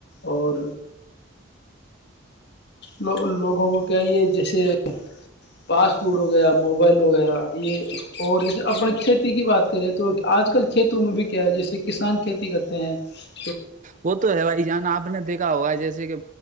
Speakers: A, on the left (about 55°); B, on the right (about 40°).
A: اور لو لوگوں کو کیا یہ جیسے پاسٹ فوڈ ہو گیا موبائل ہو گیا یہ اور جیسے اپن کھیتی کی بات کریں تو آج کل کھیتی میں بھی کیا ہے جیسے کسان کھیتی کرتے پ
B: وہ تو ہے بھائی جان آپ نے دیکھا ہوگا جیسے کہ